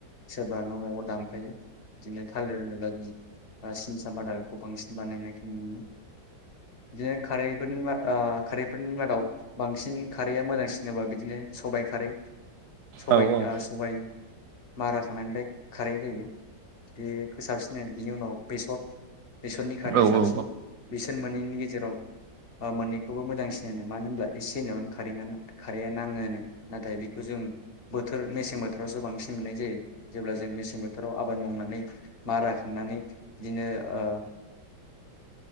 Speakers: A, on the left (about 40°); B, on the right (about 65°).
A: सोरबा न नआव दानफायो बिदिनो थालिर होनोब्ला जों सिनसा बादाखौ बांसिन बानायनाय नो मोनो बिदिनो खारैफोरनि ओ खारैफोरनि मादाव बांसिन खारैया मोजांसिनबा बिदिनो सबाइ खारै स
B: औ औ औ
A: सबाय माराखांनायनिफ्राय खारै जायो बेखौ साबसिन बिनि उनाव बेसर बेसरनि खारैया
B: नंगौ
A: साब बिसोर मोननैनि गेजेराव आ मोननैखौबो मोजांसिन होनो मानो होनब्ला एसे होनायावनो खारैआ खारैआ नाङो होनो नाथाय बेखौ जों बोथोर मेसें बोथोरावसो बांसिन मोननाय जायो जेब्ला जों मेसें बोथोराव आबाद मावनानै माराखांनानै बिदिनो ओ